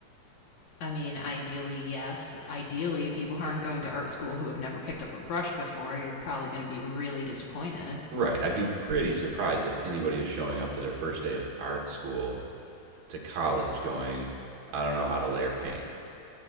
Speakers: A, on the left; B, on the right.
A: I mean, ideally, yes. Ideally, people aren't going to art school who have never picked up a brush before, you're probably going to be really disappointed.
B: Right. I'd be pretty surprised if anybody is showing up to their first day of art school to college going, I don't know how to layer paint.